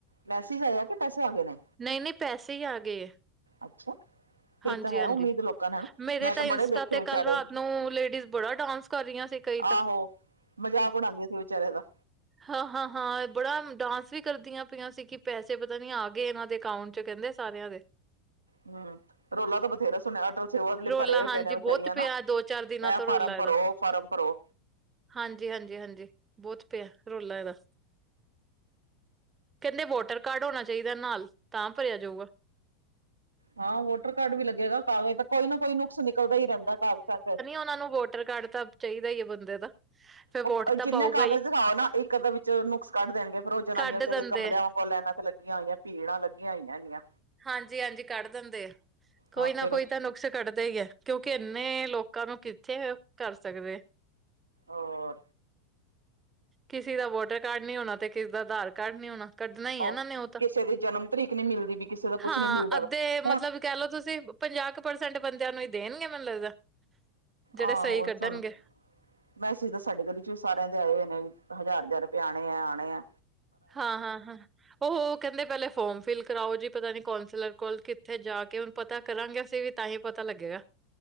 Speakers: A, on the right; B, on the right.
A: ਮੈਸੇਜ ਆਇਆ ਕਿ ਪੈਸੇ ਆ ਗਏ ਨੇ
B: ਨਹੀਂ ਨਹੀਂ ਪੈਸੇ ਹੀ ਆ ਗਏ
A: ਅੱਛਾ। ਫੇਰ
B: ਹਾਂਜੀ
A: ਤਾਂ ਹੈ
B: ਹਾਂਜੀ
A: ਉਮੀਦ ਲੋਕਾਂ ਨੂੰ ਹਨਾ
B: ਮੇਰੇ
A: ਮੈਂ
B: ਤਾਂ ਇੰਸਟਾ
A: ਬੜੇ ਦੇਖੇ
B: ਤੇ
A: ਵਿਚਾਰੇ
B: ਕੱਲ ਰਾਤ ਨੂੰ ਲੇਡੀਜ਼ ਬੜਾ ਡਾਂਸ ਕਰ ਰਹੀਆਂ ਸੀ ਕਈ
A: ਆਹੋ
B: ਤਾਂ।
A: ਮਜ਼ਾਕ ਉਡਾਦੀਆਂ ਸੀ ਵਿਚਾਰੇ ਦਾ।
B: ਹਾਂ ਹਾਂ ਹਾਂ ਬੜਾ ਡਾਂਸ ਵੀ ਕਰਦੀਆਂ ਪਈਆਂ ਸੀ ਕਿ ਪੈਸੇ ਪਤਾ ਨੀ ਆ ਗਏ ਇਹਨਾਂ ਦੇ ਅਕਾਊਂਟ ਚ ਕੈਂਦੇ ਸਾਰਿਆਂ ਦੇ।
A: ਹਮ ਰੋਲਾ ਤਾਂ ਬਥੇਰਾ ਸੁਣਿਆ ਅਟਲ
B: ਰੌਲਾ
A: <unintelligible> ਪਰੇ
B: ਹਾਂਜੀ
A: ਪੇ ਨੇ ਵੇਚਾਰੀਆ
B: ਬਹੁਤ
A: ਅਨਾ,
B: ਪਿਆ ਦੋ ਚਾਰ ਦਿਨਾਂ
A: ਐ
B: ਤੋਂ ਰੌਲਾ
A: ਫਾਰਮ
B: ਇਹਦਾ
A: ਪਰੋ ਓ ਫਾਰਮ ਪਰੋ।
B: ਹਾਂਜੀ, ਹਾਂਜੀ, ਹਾਂਜੀ ਬੋਤ ਪਯੈ ਰੋਲਾ ਐਦਾ। ਕੈਂਦੇ ਵੋਟਰ ਕਾਰਡ ਓਨਾ ਚਾਈਦੈ ਨਾਲ ਤਾ ਪਰੇਆ ਜਾਊਗਾ।
A: ਹਾਂ ਵੋਟਰ ਕਾਰਡ ਵੀ ਲੱਗੇਗਾ ਕਾਗਜ਼ ਤਾ ਕੋਈ ਨਾ ਕੋਈ ਨੁਕਸ ਨਿਕਲਦਾ ਈ ਰੈਂਦੈ ਕਾਗਜਾ ਚ।
B: ਓਨਾ ਨੂੰ ਵੋਟ ਟਰ ਕਾਰਡ ਤਾ ਚਾਈਦਾ ਈ ਏ ਬੰਦੇ ਦਾ। ਫੇਰ ਵੋਟ
A: ਓ
B: ਤਾਂ
A: ਜਿੰਨੇ
B: ਪਾਊਗਾ
A: ਕਾਗਜ
B: ਹੀ
A: ਦਿਖਾਓ ਨਾ ਇੱਕ ਅੱਦਾ ਵਿੱਚ ਨੁਕਸ ਕਾੱਢ ਦੇਨਗੇ ਫੇਰ ਓ ਜਨਾਨੀਆਂ
B: ਕੱਢ
A: ਵਚਾਰੀਆਂ
B: ਦਿੰਦੇ
A: ਕਮਲਿਆ
B: ਆ
A: ਆਗੋਂ ਲੈਨਾ ਤੇ ਲੱਗੀਆਂ ਓਈਐ ਪੀੜਾਂ ਲੱਗੀਆਂ ਓਈਐ ਇਨੀਆਂ।
B: ਹਾਂਜੀ-ਹਾਂਜੀ ਕਾੱਢ ਦਿੰਦੇ ਐ ਕੋਈ
A: ਹਾਂ
B: ਨਾ
A: ਫੇਰ
B: ਕੋਈ ਤਾ ਨੁਕਸ ਕੱਢਦੇ ਈ ਐ ਕਯੋਕਿ ਐਨੇ ਲੋਕਾ ਨੂੰ ਕਿੱਥੇ ਕਾਰ ਸਕਦੇ।
A: ਔਰ।
B: ਕਿਸੇ ਦਾ ਵੋਟਰ ਕਾਰਡ ਨੀ ਓਣਾ ਤੇ ਕਿਸੇ ਦਾ ਅਧਾਰ ਕਾਰਡ ਨੀ ਓਣਾ। ਕੱਡਨਾ ਈ ਐ
A: ਉਹ
B: ਏਨਾ ਨੇ ਓ ਤਾ,
A: ਕਿਸੇ ਦੀ ਜਨਮ ਤਰੀਕ ਨੀ ਮਿਲਦੀ ਵੀ ਕਿਸੇ ਦਾ
B: ਹਾਂ
A: ਕੁਛ ਨੀ ਮਿਲਦਾ
B: ਅੱਦੇ ਮਤਲਬ
A: ਹੁਣ
B: ਕੈ ਲੋ ਤੁਸੀ ਪਂਜਾ ਕ ਪਰਸੈਂਟ ਬਂਦੇਆਂ ਨੂੰ ਈ ਦੇਨਗੇ ਮੈਨ ਲੱਗਦਾ। ਜਿਹੜੇ
A: ਆਹੋ
B: ਸਹੀ ਕੱਢਣਗੇ,
A: ਸੁਣ। ਮੈਸਿਜ ਤਾ ਸਾਡੀ ਗਲੀ ਚ ਵੀ ਸਾਰੇਆ ਦੇ ਆਏ ਓ ਨੇ ਵੀ, ਹਜ਼ਾਰ-ਹਜ਼ਾਰ ਰਪੇ ਆਣੇ ਐ ਆਣੇ ਐ।
B: ਹਾਂ, ਹਾਂ, ਹਾਂ। ਓਹੋ ਕੈਂਦੇ ਪੈਲੇ ਫੋਮ ਫਿਲ ਕਰਾਓ ਜੀ ਪਤਾ ਨੀ ਕੌਂਸਲਰ ਕੋਲ ਕਿੱਥੇ ਜਾ ਕੇ ਓਨ ਪਤਾ ਕਰਾਗੇ ਅਸੀ ਵੀ ਤਾ ਹੀ ਪਤਾ ਲੱਗੇਗਾ।